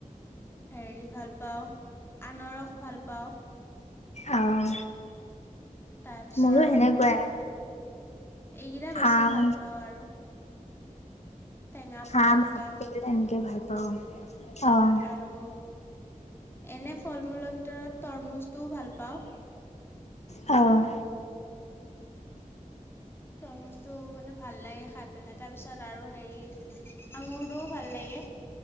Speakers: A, on the left (about 15°); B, on the left (about 55°).
A: হেৰি ভাল পাওঁ, আনাৰস ভাল পাওঁ।
B: অহ।
A: তাৰপিছত
B: মোৰো সেনেকুৱাই।
A: এইকেইটা বেছি
B: আম,
A: ভাল পাওঁ আৰু। টেঙা ফলৰ
B: আম
A: ভিতৰত
B: <unintelligible> তেনেকে ভাল পাওঁ, অ'।
A: আৰু, এনে ফল মূলৰ ভিতৰত তৰমুজটোও ভাল পাওঁ।
B: অ'।
A: তৰমুচটো মানে ভাল লাগে খাই পেলাই, তাৰপিছত আৰু হেৰি আঙুৰটোও ভাল লাগে,